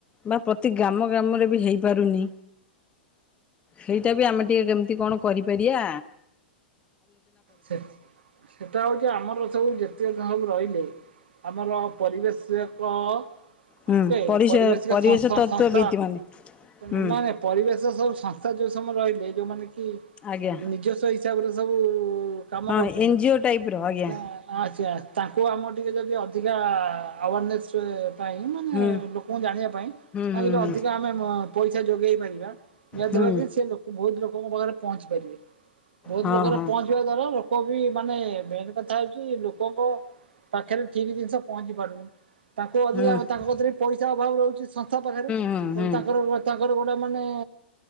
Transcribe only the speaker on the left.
ବା ପ୍ରତି ଗାମ ଗାମରେ ବି ହେଇ ପାରୁନି। ହେଇଟା ବି ଆମେ ଟିକେ କେମତି କଣ କରି ପାରିଆ
ହୁଁ
ପରିସ
ପରିବେଶ
ତତ୍ତ୍ୱବିତ୍
ମାନେ ହୁଁ
ଆଜ୍ଞା
ହଁ
ଏନ୍ ଜି ଓ ଟାଇପ୍ ର ଆଜ୍ଞା
ହୁଁ
ହୁଁ
ହୁଁ
ହୁଁ
ହୁଁ ହଁ
ହଁ
ହୁଁ ହୁଁ
ହୁଁ
ହୁଁ